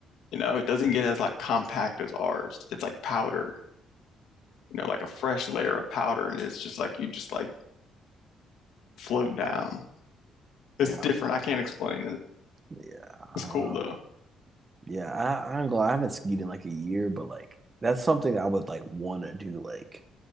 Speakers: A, on the left; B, on the right.
A: You know, it doesn't get as like compact as ours. It's like powder, you know, like a fresh layer of powder, and it's just like you just like float down.
B: yeah,
A: It's different. I can't explain it.
B: yeah. I
A: It's
B: don't
A: cool
B: know.
A: though.
B: Yeah, I, I ain't gonna, lie, I haven't skied in like a year, but like that's something I would like want to do like